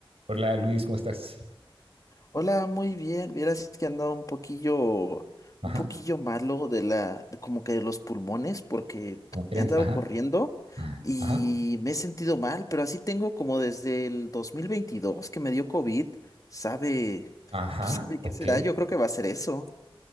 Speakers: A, on the right; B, on the left.
A: Hola Luis, ¿cómo estás?
B: Hola, muy bien. Vieras que andaba un poquillo,
A: Ajá,
B: un poquillo malo de la, de como que de los pulmones, porque
A: ¿cómo crees?
B: he andado
A: Ajá,
B: corriendo
A: ajá,
B: y
A: ajá,
B: me he sentido mal, pero así tengo como desde el 2022 que me dio COVID. Sabe,
A: ajá,
B: pues sabe
A: ok.
B: qué será. Yo creo que va a ser eso.